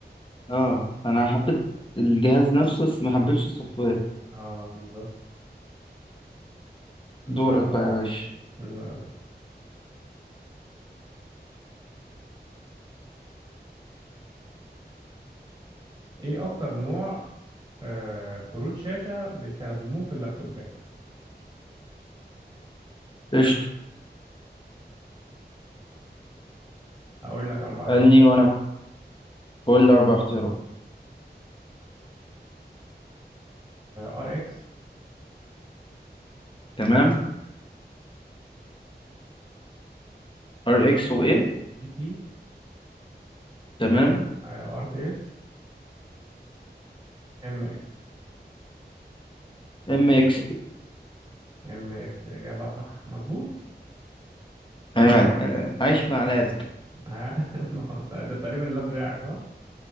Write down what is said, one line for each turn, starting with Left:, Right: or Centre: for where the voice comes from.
Left: اه انا حبيت الجهاز نفسه بس ما حبيتش السوفت وير
Right: اه بالظبط
Left: دورك
Right: دور انا
Left: بقى يا باشا
Right: بقى. دور أنا بقى. ايه اكتر نوع آه كروت شاشة بيستخدموه في اللابتوبات
Left: قشطه
Right: هقول لك اربع
Left: قالني وانا بقول لي اربع اختيارات
Right: ار اكس
Left: تمام ار اكس وايه
Right: جي تي
Left: تمام
Right: ار تي اكس ام اكس
Left: ام اكس
Right: ام اكس اجابه صح مظبوط
Left: ايوه. آه، عايش مع لاب
Right: آه، <laughs> ما هو أنت- ده تقريبا اللاب بتاعك صح